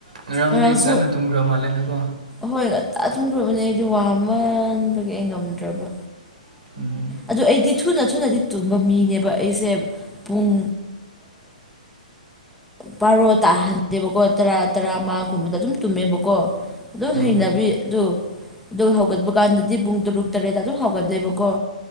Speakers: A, on the right; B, in the centre.
A: ꯉꯔꯥꯡꯗꯤ
B: ꯉꯔꯥꯡꯁꯨ
A: ꯉꯟꯅ ꯇꯨꯝꯈ꯭ꯔ ꯃꯥꯜꯂꯦꯅꯦꯀꯣ
B: ꯍꯣꯏ ꯉꯟꯇꯥ ꯊꯨꯝꯈ꯭ꯔꯕꯅꯦ ꯑꯩꯗꯣ ꯋꯥꯃꯟꯕꯒꯤ ꯑꯩ ꯉꯝꯗ꯭ꯔꯕ
A: <inaudible>
B: ꯑꯗꯨ ꯑꯩꯗꯤ ꯊꯨꯅ ꯊꯨꯅꯗꯤ ꯇꯨꯝꯕ ꯃꯤꯅꯦꯕ ꯑꯩꯁꯦ ꯄꯨꯡ ꯕꯔꯣ ꯇꯥꯍꯟꯗꯦꯕꯀꯣ ꯇꯔꯥ ꯇꯔꯥꯃꯒꯨꯝꯕꯗ ꯑꯗꯨꯝ ꯇꯨꯝꯃꯦꯕꯀꯣ ꯑꯗꯨꯝ
A: ꯎꯝ
B: ꯍꯩꯅꯕꯤ ꯑꯗꯨ ꯑꯗꯨ ꯍꯧꯒꯠꯄ ꯀꯥꯟꯗꯗꯤ ꯄꯨꯡ ꯇꯔꯨꯛ ꯇꯔꯦꯠꯇ ꯑꯗꯨꯝ ꯍꯧꯒꯠꯂꯦꯕꯀꯣ